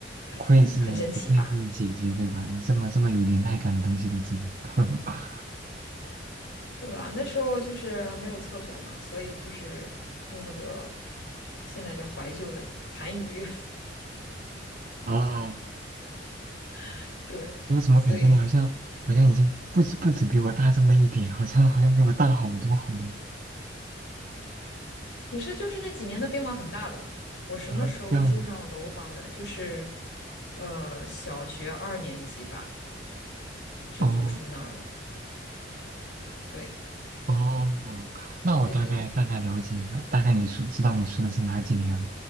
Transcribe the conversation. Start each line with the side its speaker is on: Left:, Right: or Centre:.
Right: 不愧是不愧是姐姐，
Left: <laughs> 很神奇吧？
Right: 对吧？你这么这么有年代感的东西都知道。<laughs>
Left: 对啊，那时候就是没有厕所嘛，所以就是用那个现在叫怀旧的痰盂，
Right: 啊。
Left: <laughs> 对，
Right: 我怎么感觉你好像好像已经不止不止比我大这么一点，
Left: 所以
Right: 好像好像比我大好多好多
Left: 可是就是那几年的变化很大的。我什么时候住上楼房的？
Right: 啊？这样吗？
Left: 就是呃小学二年级吧，就不住那儿了。
Right: 哦
Left: 对
Right: 哦，那我大概大概了解了，
Left: 对对对。
Right: 大概你说知道你说的是哪几年了。